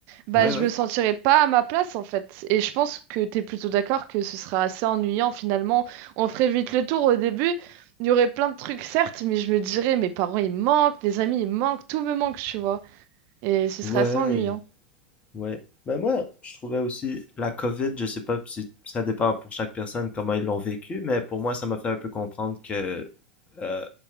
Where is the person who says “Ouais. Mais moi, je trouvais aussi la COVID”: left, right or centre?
Left